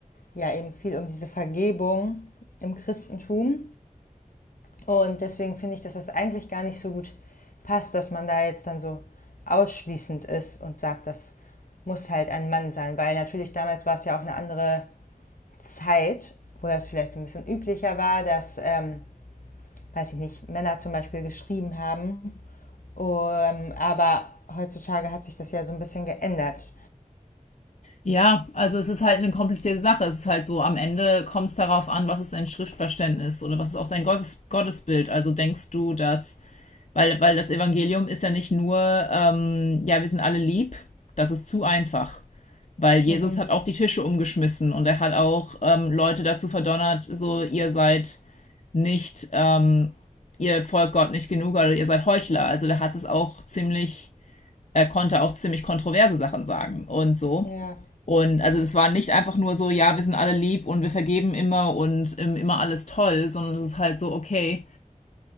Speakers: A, on the left; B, on the left.
A: ja eben viel um diese Vergebung im Christentum. Und deswegen finde ich, dass das eigentlich gar nicht so gut passt, dass man da jetzt dann so ausschließend ist und sagt, das muss halt ein Mann sein. Weil natürlich damals war es ja auch eine andere Zeit, wo das vielleicht so ein bisschen üblicher war, dass, ähm, weiß ich nicht, Männer zum Beispiel geschrieben haben um, aber heutzutage hat sich das ja so ein bisschen geändert.
B: Ja, also es ist halt eine komplizierte Sache. Es ist halt so, am Ende kommt es darauf an, was ist dein Schriftverständnis oder was ist auch dein Gottes Gottesbild. Also denkst du, dass, weil, weil das Evangelium ist ja nicht nur, ähm, ja, wir sind alle lieb, das ist zu einfach. Weil Jesus
A: Mhm.
B: hat auch die Tische umgeschmissen und er hat auch ähm, Leute dazu verdonnert, so ihr seid nicht, ähm, ihr folgt Gott nicht genug oder ihr seid Heuchler. Also der hat es auch ziemlich, er konnte auch ziemlich kontroverse Sachen sagen und so.
A: Ja,
B: Und also das war nicht einfach nur so, ja, wir sind alle lieb und wir vergeben immer und ähm, immer alles toll, sondern es ist halt so, okay,